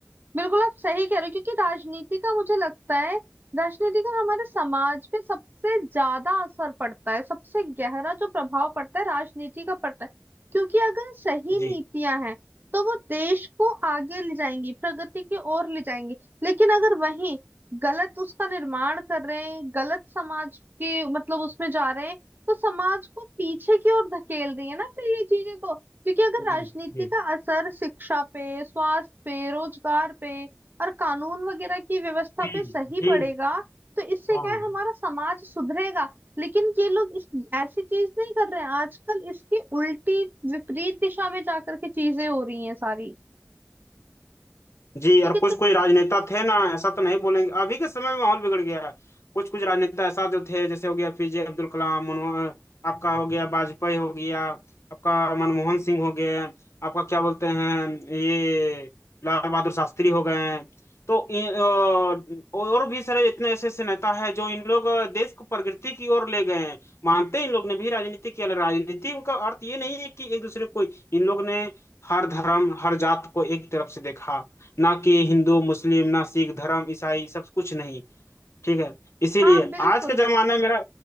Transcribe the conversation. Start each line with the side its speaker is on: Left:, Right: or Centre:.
Right: बिल्कुल आप सही कह रहे हो क्योंकि राजनीति का मुझे लगता है राजनीति का हमारे समाज पे सबसे ज्यादा असर पड़ता है सबसे गहरा जो प्रभाव पड़ता है राजनीति का पड़ता है क्योंकि अगर सही
Left: जी
Right: नीतियां हैं तो वो देश को आगे ले जाएंगी प्रगति की ओर ले जाएंगी लेकिन अगर वहीं गलत उसका निर्माण कर रहे हैं गलत समाज की मतलब उसमें जा रहे हैं तो समाज को पीछे की ओर धकेल रही है ना फिर ये चीजें तो क्योंकि अगर राजनीति
Left: जी जी
Right: का असर शिक्षा पे स्वास्थ्य पे रोजगार पे और कानून वगैरह की व्यवस्था
Left: जी
Right: पे सही
Left: जी
Right: पड़ेगा तो इससे
Left: हाँ
Right: क्या है हमारा समाज सुधरेगा लेकिन ये लोग इस ऐसी चीज नहीं कर रहे हैं आजकल इसकी उल्टी विपरीत दिशा में जाकर के चीजें हो रही हैं सारी
Left: जी और
Right: क्योंकि
Left: कुछ
Right: तो
Left: कुछ राजनेता थे ना ऐसा तो नहीं बोलेंगे अभी के समय में माहौल बिगड़ गया है कुछ कुछ राजनेता ऐसा जो थे जैसे हो गया पीजे अब्दुल कलाम मनमोहन आपका हो गया वाजपेयी हो गया आपका मनमोहन सिंह हो गए आपका क्या बोलते हैं ये लाल बहादुर शास्त्री हो गए हैं तो इ- अ, और भी सारे इतने ऐसे ऐसे नेता है जो इन लोग अ, देश को प्रगति की ओर ले गए हैं मानते हैं इन लोग ने भी राजनीति किया लेकिन राजनीति का अर्थ ये नहीं है कि एक दूसरे को इन लोग ने हर धर्म हर जात को एक तरफ से देखा ना कि हिंदू मुस्लिम ना सिख धर्म ईसाई सब कुछ नहीं ठीक है इसीलिए
Right: हाँ बिल्कुल
Left: आज के जमाने में मेरा